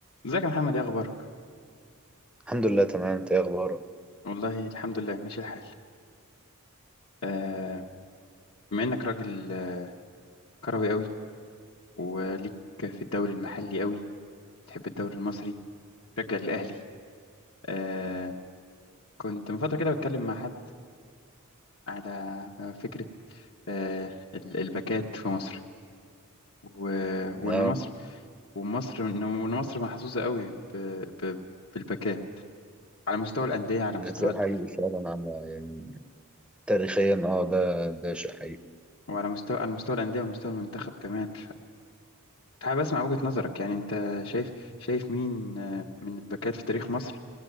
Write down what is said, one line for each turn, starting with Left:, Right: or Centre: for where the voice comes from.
Left: ازيك يا محمد ايه اخبارك
Centre: الحمد لله تمام انت ايه اخبارك
Left: والله الحمد لله ماشي الحال آه بما انك راجل آه كروي قوي وليك في الدوري المحلي قوي تحب الدوري المصري تشجع الاهلي آه كنت من فتره كده بتكلم مع حد على آه، فكره آه ال- الباكات في مصر و... وان
Centre: اه
Left: مصر ومصر وان وإن مصر محظوظه قوي ب... ب... بالباكات على مستوى الانديه على مستوى
Centre: ده شيء
Left: ال...
Centre: حقيقي فعلا على يعني تاريخيا اه ده ده شيء حقيقي
Left: وعلى مستوى على مستوى الانديه ومستوى المنتخب كمان حابب اسمع وجهة نظرك يعني انت شايف شايف مين آه، من الباكات في تاريخ مصر